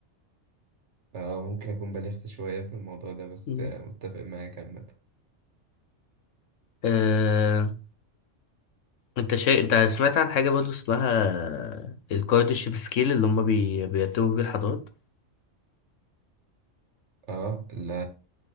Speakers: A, on the right (about 70°); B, on the left (about 85°).
A: اه ممكن اكون بلغت شوية في الموضوع ده بس
B: مم.
A: آه، متفق معاك عامة
B: أه... انت شيء انت سمعت عن حاجة برضه اسمها الكارديشيف سكيل اللي هما بي... بيرتبوا بيه الحضارات
A: اه لا